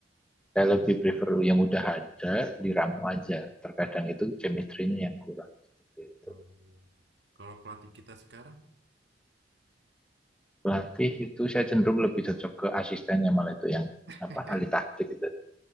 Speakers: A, in the centre; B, on the right.
A: saya lebih prefer yang udah ada diramu
B: hmm,
A: aja terkadang itu chemistry-nya yang kurang seperti itu
B: hmm. kalau pelatih kita sekarang
A: pelatih itu saya cenderung lebih cocok ke asistennya malah itu yang
B: <laughs>
A: apa ahli taktik gitu